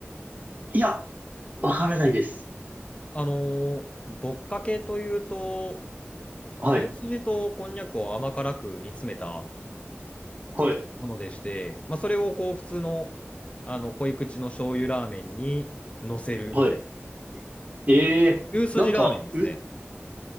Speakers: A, on the right; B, on the left.
A: いや、わからないです。
B: あのーぼっかけというと、
A: はい。
B: 牛すじとこんにゃくを甘辛く煮詰めた
A: はい。
B: ものでして、まあ、それをこう普通の、あの濃い口の醤油ラーメンに乗せるみたいな。
A: はい。ええーなんか、
B: 牛すじラーメンですね。
A: う、